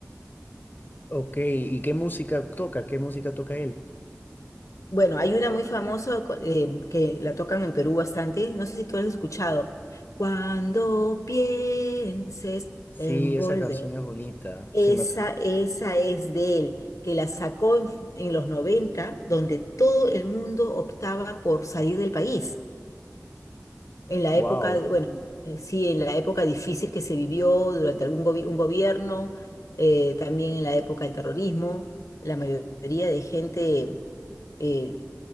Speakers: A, on the left; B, on the left.
A: Ok, ¿y qué música toca? ¿Qué música toca él?
B: Bueno, hay una muy famosa cu- eh, que la tocan en Perú bastante, no sé si tú la has escuchado. Cuando pienses
A: Sí,
B: envolver
A: esa canción es bonita.
B: Esa,
A: Sí, me acuerdo.
B: esa es de él, que la sacó en, en los 90 donde todo el mundo optaba por salir del país. En la
A: Wow.
B: época, de- bueno, eh, sí, en la época difícil que se vivió durante algún gobi- un gobierno, eh, también en la época del terrorismo, la mayoría de gente eh,